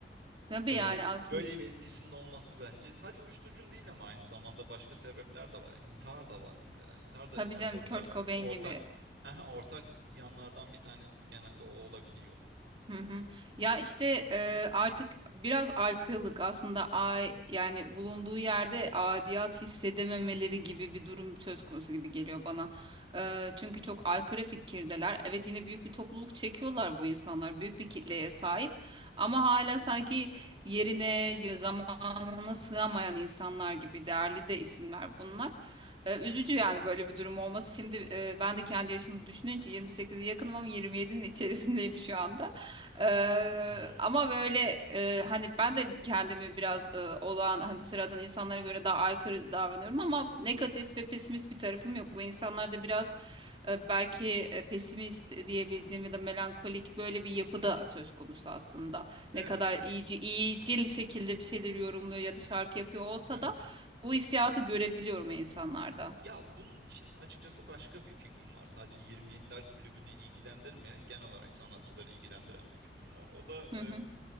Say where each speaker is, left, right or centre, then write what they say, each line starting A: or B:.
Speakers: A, on the right; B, on the right.
A: Tabii
B: Böyle
A: yani
B: bi
A: aslında
B: böyle bir etkisinin olması bence sadece uyuşturucun değil ama aynı zamanda başka sebepler de var. Yani intihar da var mesela. İntihar da
A: tabii
B: aralarında
A: canım Kurt Cobain
B: ortak
A: gibi.
B: <laughs> Hı hı, ortak yanlardan bir tanesi genelde o olabiliyor.
A: Hı hı. Ya işte e, artık biraz aykırılık aslında ay yani bulunduğu yerde adiyat hissedememeleri gibi bir durum söz konusu gibi geliyor bana. E, çünkü çok aykırı fikirdeler. Evet yine büyük bir topluluk çekiyorlar bu insanlar. Büyük bir kitleye sahip ama hala sanki yerine, y- zamanına sığamayan insanlar gibi değerli de isimler bunlar. E, üzücü yani böyle bir durum olması. Şimdi e, ben de kendi yaşımı düşününce 28'e yakınım ama 27'nin içerisindeyim şu anda. Eee,
B: Hmm.
A: ama böyle eee, hani ben de kendimi biraz eee, olağan hani sıradan insanlara göre daha aykırı davranıyorum ama negatif ve pesimist bir tarafım yok. Bu insanlar da biraz eee, belki eee, pesimist diyebileceğim ya da melankolik böyle bir yapıda söz konusu aslında.
B: Evet.
A: Ne kadar iyici, iyicil şekilde bir şeyleri yorumluyor ya da şarkı yapıyor olsa
B: Evet,
A: da
B: evet.
A: bu hissiyatı görebiliyorum insanlarda.
B: Ya bunun için açıkçası başka bir fikrim var. Sadece 27'ler kulübünü ilgilendirmeyen, genel olarak sanatçıları ilgilendiren bir fikrim var. O da
A: Hı hı.